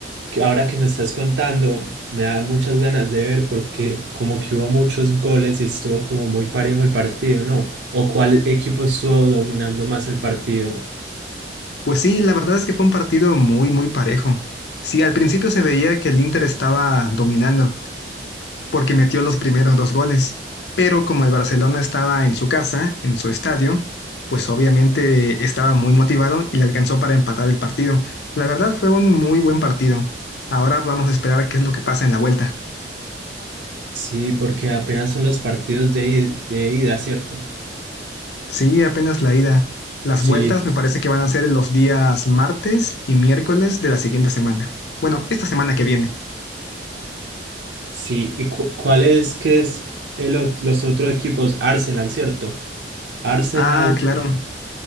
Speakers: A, on the right (about 75°); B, on the left (about 65°).
A: que ahora que me estás contando, me da muchas ganas de ver porque como que hubo muchos goles y estuvo como muy parejo el partido, ¿no? ¿O cuál equipo estuvo dominando más el partido?
B: Pues sí, la verdad es que fue un partido muy, muy parejo. Sí, al principio se veía que el Inter estaba dominando, porque metió los primeros dos goles. Pero como el Barcelona estaba en su casa, en su estadio, pues obviamente estaba muy motivado y le alcanzó para empatar el partido. La verdad fue un muy buen partido. Ahora vamos a esperar a qué es lo que pasa en la vuelta.
A: Sí, porque apenas son los partidos de, i- de ida, ¿cierto?
B: Sí, apenas la ida. Las
A: Sí,
B: vueltas me parece que van a ser los días martes y miércoles de la siguiente semana. Bueno, esta semana que viene.
A: Sí, ¿y cu- cuál es que es el, ot- los otros equipos? Arsenal, ¿cierto? Arsenal
B: Ah, claro.